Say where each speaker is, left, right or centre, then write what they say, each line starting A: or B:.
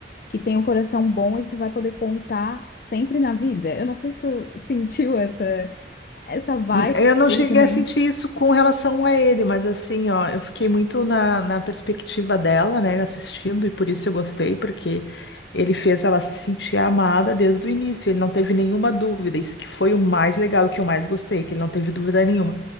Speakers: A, on the left; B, on the left.
A: que tem um coração bom e que tu vai poder contar sempre na vida. Eu não sei se tu <laughs> sentiu essa, essa vibe
B: N- Eu não
A: dele
B: cheguei
A: também.
B: a sentir isso com relação a ele, mas assim, ó, eu fiquei muito na, na perspectiva dela, né, assistindo, e por isso eu gostei, porque ele fez ela se sentir amada desde o início, ele não teve nenhuma dúvida, isso que foi o mais legal e que eu mais gostei, que ele não teve dúvida nenhuma.